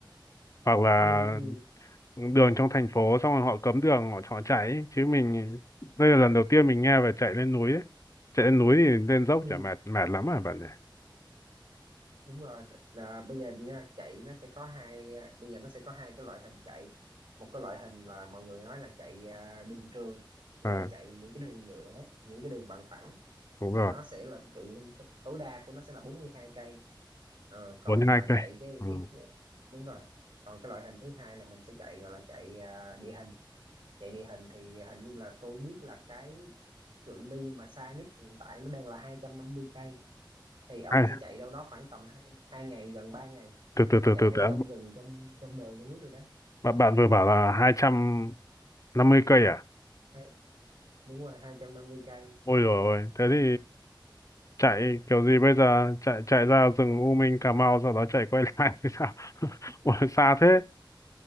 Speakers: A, on the left (about 40°); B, on the right (about 80°).
A: hoặc là
B: Ừ, ừ,
A: đường trong thành phố xong rồi họ cấm đường họ họ chạy ấy. chứ mình đây là lần đầu tiên mình nghe về chạy lên núi ấy. Chạy lên núi thì lên dốc
B: ừ.
A: chả mệt mệt lắm à bạn nhỉ?
B: đúng rồi là bây giờ nha chạy nó sẽ có hai à, bây giờ nó sẽ có hai cái loại hình chạy một cái loại hình là mọi người nói là chạy à, đường trường nghĩa
A: À,
B: là chạy những cái đường nhựa đấy những cái đường bằng phẳng
A: đúng
B: thì
A: rồi.
B: nó sẽ là cái cự ly t- tối đa của nó sẽ là bốn mươi hai cây Ờ, còn
A: bốn hai
B: à,
A: cây
B: chạy cái
A: ừ.
B: cái đúng rồi còn cái loại hình thứ hai là mình sẽ chạy gọi là chạy à, địa hình chạy địa hình thì hình như là tôi biết là cái cự ly mà xa nhất hiện tại nó đang là hai trăm năm mươi cây thì ông
A: hai
B: sẽ chạy đâu đó khoảng tầm hai hai ngày gần 3 ngày
A: từ từ từ
B: chạy
A: từ
B: ở
A: từ
B: trong rừng trong trong đồi núi rồi đấy
A: bạn bạn vừa bảo là hai trăm năm mươi cây à
B: Hai- đúng rồi hai trăm năm mươi cây
A: ôi rồi ôi, thế thì chạy kiểu gì bây giờ chạy chạy ra rừng U Minh Cà Mau sau đó chạy quay <laughs> lại thì sao <laughs> ôi, xa thế